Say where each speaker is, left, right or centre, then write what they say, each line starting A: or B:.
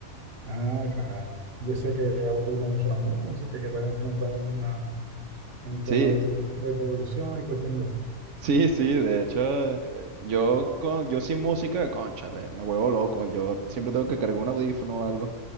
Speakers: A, on the right; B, on the right.
A: ah, claro. Yo sé que a vos te gusta mucho la música, y que te habías montado en, una, en un
B: Sí,
A: tema de, produ- de producción y cuestión de eso.
B: sí, sí. De hecho, eh, yo con, yo sin música, cónchale, me vuelvo loco. Yo siempre tengo que cargar un audífono o algo.